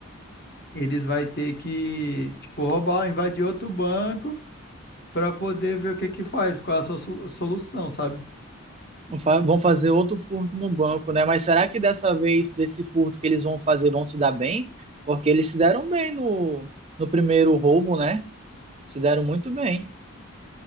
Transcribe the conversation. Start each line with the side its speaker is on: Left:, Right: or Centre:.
Left: eles vai ter que, tipo, roubar, invadir outro banco para poder ver o que que faz, qual é a sua solu- solução, sabe?
Right: Vão fa- vão fazer outro furto no banco, né? Mas será que dessa vez, desse furto que eles vão fazer, vão se dar bem? Porque eles se deram bem no, no primeiro roubo, né? Se deram muito bem.